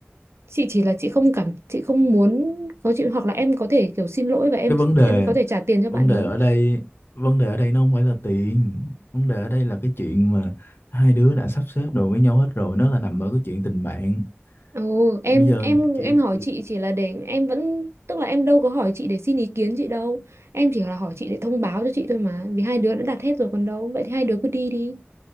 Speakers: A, on the right; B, on the left.
A: chị chỉ là chị không cảm chị không muốn có chuyện hoặc là em có thể kiểu xin lỗi và em
B: cái vấn
A: em
B: đề
A: có thể trả tiền cho bạn
B: vấn
A: ý
B: đề ở đây vấn đề ở đây nó không phải là tiền vấn đề ở đây là cái chuyện mà hai đứa đã sắp xếp đồ với nhau hết rồi nó là nằm ở cái chuyện tình bạn
A: Ồ, em
B: bây giờ
A: em
B: chị
A: em hỏi
B: chị-
A: chị chỉ là để em vẫn tức là em đâu có hỏi chị để xin ý kiến chị đâu em chỉ là hỏi chị để thông báo cho chị thôi mà vì hai đứa đã đặt hết rồi còn đâu vậy thì hai đứa cứ đi đi